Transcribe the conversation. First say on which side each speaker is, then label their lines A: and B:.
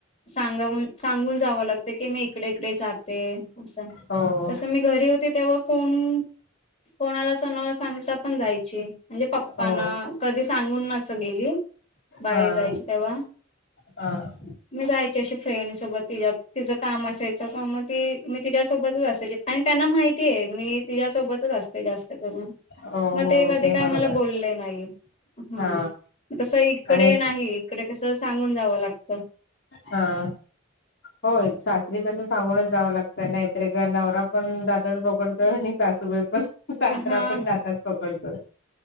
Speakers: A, on the left; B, on the left.
A: सांगावून - सांगून जावं लागत की, मी इकडे- इकडे जाते. असं.
B: हो
A: तसं मी घरी होते. तेव्हा फोन कोणाला असं न सांगता पण जायची. म्हणजे पप्पाना
B: हो
A: कधी सांगून असं गेलीय? बाहेर
B: हा.
A: जायची तेव्हा.
B: हा.
A: मी जायची अशी फ्रेंडसोबत. तिज्या, तिचं काम असायचं का? मग ती मी तिच्यासोबत असायची. आणि त्यांना माहितीय. मी तिच्यासोबत च असते जास्त करून.
B: हो
A: मग
B: हो
A: ते कधी, काय
B: बरोबर
A: मला बोलले नाही. ह.
B: हा
A: तसं, इकडे
B: आणि
A: नाही. इकडे कसं? सांगून जावं लागतं
B: हा. होय सासरी कसं सांगूनच जावं लागतं, नाही तरे काय नवरा पण <unintelligible> त आणि सासूबाई पण, सासरा
A: हा
B: पण जाचात पकडतो.